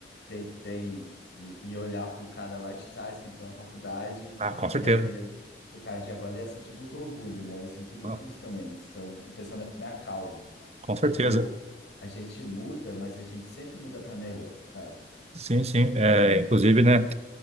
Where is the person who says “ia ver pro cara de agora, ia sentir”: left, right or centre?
Left